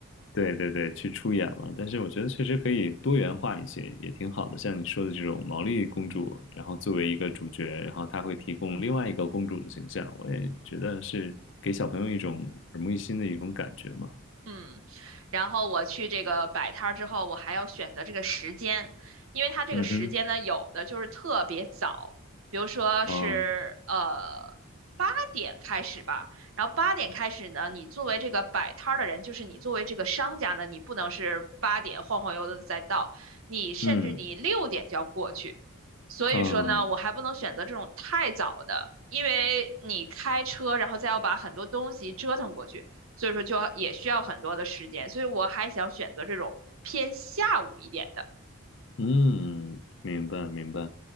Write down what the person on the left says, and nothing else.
对对对，去出演了。但是我觉得确实可以多元化一些，也挺好的。像你说的这种毛利公主，然后作为一个主角，然后她会提供另外一个公主的形象，我也觉得是给小朋友一种耳目一新的一种感觉嘛。
嗯哼，
啊，
嗯，
啊，
嗯，明白明白。